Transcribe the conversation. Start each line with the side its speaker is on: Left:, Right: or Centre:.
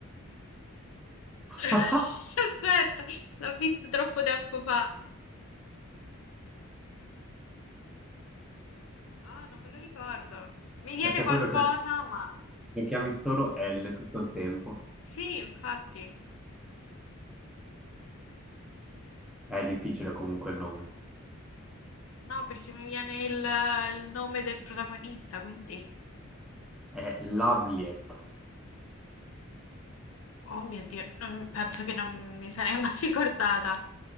Left: <laughs>
Centre: <laughs>
Left: Aspetta, l'ho visto troppo tempo fa. Ah, non me lo ricordo. Mi viene
Centre: Perché
Left: qualcosa,
Centre: poi lo, chiam-
Left: ma
Centre: lo chiami solo L tutto il tempo.
Left: sì, infatti.
Centre: È difficile comunque il nome.
Left: No, perché mi viene il, il nome del protagonista, quindi...
Centre: È Lavliet.
Left: Oh mio Dio, non- penso che non mi sarei mai <laughs> ricordata.